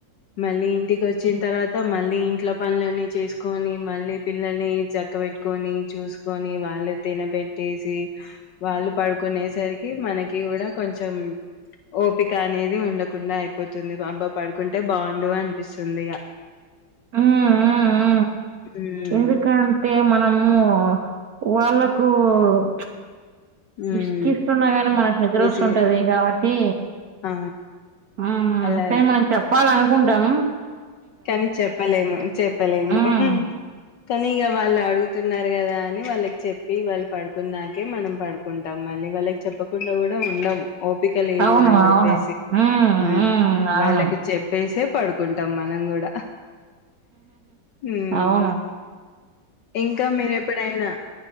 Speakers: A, on the left (about 70°); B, on the right (about 60°).
A: మళ్ళీ ఇంటికి వచ్చిన తర్వాత మళ్ళీ ఇంట్లో పనులన్నీ చేసుకొని మళ్ళీ పిల్లల్ని చద్ పక్క పెట్టుకొని చూసుకొని వాళ్ళు తినబెట్టేసి వాళ్ళు పడుకునేసరికి మనకి కూడా కొంచెం ఓపిక అనేది ఉండకుండా అయిపోతుంది అబ్బా పడుకుంటే బాగుండు అనిపిస్తుంది ఇక
B: మ్మ్ హ్మ్
A: హ్మ్
B: ఎందుకంటే మ అమ్మో వాళ్ళకూ ప్చ్
A: హ్మ్
B: ఇసుకిస్తున్నా గాని మనకు నిద్ర
A: విసి
B: వస్తుంటది కాబట్టి
A: ఆ
B: హ్మ్
A: అలా
B: కానీ మనకు చెప్పాలను కుంటం
A: కానీ చెప్పలేము చెప్పలేము
B: మ్మ్
A: కానీ ఇగ వాళ్ళు అడుగుతున్నారు కదా. అని వాళ్ళకి చెప్పి వాళ్ళు పడుకున్నాకే మనం పడుకుంటాం. మళ్ళీ వాళ్ళకి చెప్పకుండా కూడా ఉండము. ఓపిక లేదు
B: అవును
A: అని చెప్పేసి
B: అవును మ్మ్
A: హ్మ్
B: మ్మ్ అవును
A: వాళ్ళకి చెప్పేసే పడుకుంటాం మ మనం కూడా ఉమ్
B: అవును
A: ఇంకా మీరు ఎప్పుడైనా